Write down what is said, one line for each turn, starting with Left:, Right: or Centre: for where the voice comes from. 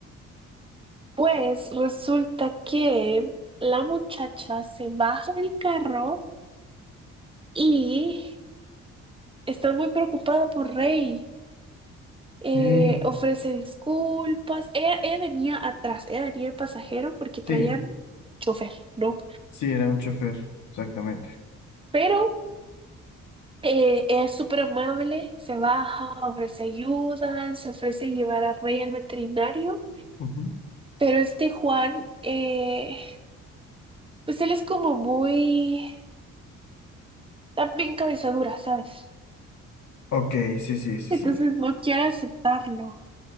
Right: Pues resulta que la muchacha se baja del carro y está muy preocupada por Rey. Eh,
Left: Sí,
Right: ofrece disculpas. Ella, ella venía atrás, ella venía el pasajero porque traían
Left: sí,
Right: chofer, ¿no?
Left: sí, era un chofer, exactamente.
Right: Pero Eh, es súper amable, se baja, ofrece ayuda, se ofrece llevar a Rey al veterinario,
Left: Ujú.
Right: pero este Juan, eh, pues él es como muy, también cabeza dura, ¿sabes?
Left: Ok, sí, sí, sí,
Right: Entonces
Left: sí.
Right: no quiere aceptarlo,